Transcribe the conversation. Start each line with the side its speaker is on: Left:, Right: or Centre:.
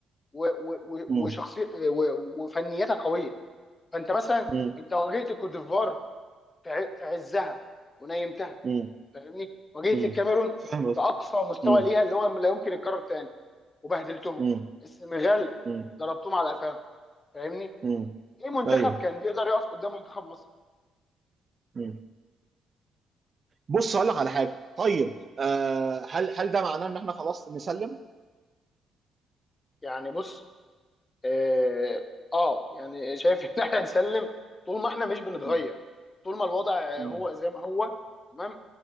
Left: و- و- و-
Right: مم،
Left: وشخصي و- وفنيتها قويه فانت مثلا
Right: مم،
Left: انت واجهت الكوت ديفوار في ع- في عزها ونيمتها
Right: مم،
Left: فاهمني واجهت
Right: مم.
Left: الكاميرون
Right: فاهم قصدي
Left: في اقصى مستوى
Right: مم،
Left: ليها اللي هو لا يمكن يتكرر تاني وبهدلتهم
Right: مم،
Left: السنغال
Right: مم،
Left: ضربتهم على قفاهم فاهمني
Right: مم.
Left: ايه منتخب
Right: ايوه
Left: كان بيقدر يقف قدام منتخب مصر
Right: مم. بص هقول لك على حاجه طيب آه هل هل ده معناه ان احنا خلاص نسلم
Left: يعني بص اه, آه يعني شايف <laughs> ان احنا نسلم طول ما احنا مش بنتغير
Right: مم،
Left: طول ما الوضع
Right: مم،
Left: هو زي ما هو تمام